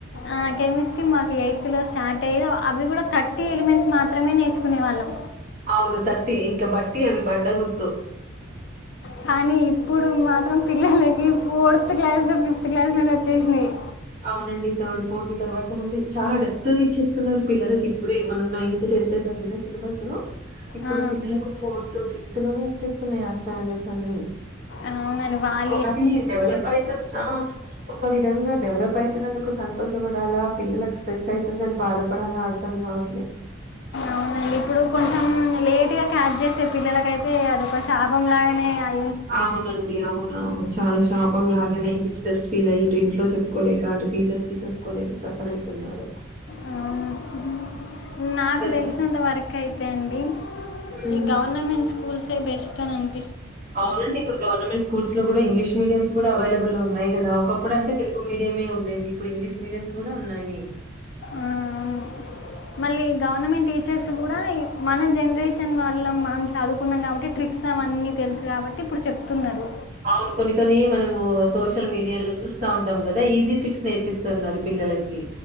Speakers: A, on the left; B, on the right.
A: ఆ కెమిస్ట్రీ మాకు ఎయిత్ లో స్టార్ట్ అయ్యేద్ ఒ అవి కూడా థర్టీ ఎలిమెంట్స్ మాత్రమే నేర్చుకునే వాళ్ళం
B: అవును తట్టి ఇంక బట్టి అవి బండ గుర్తు
A: కానీ ఇప్పుడు మాత్రం పిల్లలకి ఫోర్త్ క్లాస్ లో ఫిఫ్త్ క్లాస్ లోనే వచ్చేసినయ్
B: అవునండి థర్డ్ ఫోర్త్ తర్వాత నుండి చానా డెప్త్ గా ఇచ్చేస్తున్నారు పిల్లలకి ఇప్పుడే మనం నైన్త్ టెన్త్ చ దిన సిలబసు ఇప్పుడు
A: ఆ,
B: పిల్లలకు ఫోర్త్ ఫిఫ్త్ లోనే వచ్చేస్తున్నాయి ఆ స్టాండర్డ్స్ అన్ని
A: ఆవునండి వాల్
B: ఒ అది డెవలప్ అయిత ఆ ఒక విధంగా డెవలప్ ప్పయితునందుకు సంతోషపడాలా పిల్లలకు స్ట్రెస్ ఐతుందని బాధపడాలా అర్ధం కావట్లే
A: అవునన్ ఇప్పుడు కొంచెం లేట్ గా క్యాచ్ చేసే పిల్లలకైతే అదొ ఒక శాపం లాగానే అయ్
B: అవునండి అవున అవును చాలా ష్ శాపంలాగానే స్ట్రెస్ ఫీల్ అయ్యి ఇటు ఇంట్లో చెప్పుకోలేక అటు టీచర్స్ కి చెప్పుకోలేక సఫర్ ఐతున్నారు
A: ఆవును ఉహు నాకు
B: సరిపా
A: తెలిసినంత వరకు అయితే అండి
B: హ్మ్.
A: ఈ గవర్నమెంట్ స్కూల్స్ ఏ బెస్ట్ అని అన్
B: అవునండి ఇప్పుడు గవర్నమెంట్ స్కూల్స్ లో కూడా ఇంగ్లీష్ మీడియమ్స్ కూడా అవైలబుల్ ఉన్నాయి కదా ఒకప్పుడు అంటే తెలుగు మీడియమే ఉండేది ఇప్పుడు ఇంగ్లీష్ మీడియమ్స్ కూడా ఉన్నవి
A: ఆ అవును మళ్ళీ గవర్నమెంట్ టీచర్స్ కూడా ఇ మన జనరేషన్ వాలం మనం చదువుకున్నాం కాబట్టి ట్రిక్స్ అవన్నీ తెలుసు కాబట్టి ఇప్పుడు చెప్తున్నరు
B: అవును కొన్ని కొని మనము సోషల్ మీడియాలో చూస్తా ఉంటాం కదా ఈజీ ట్రిక్స్ నేర్పిస్తన్నారు పిల్ల లకి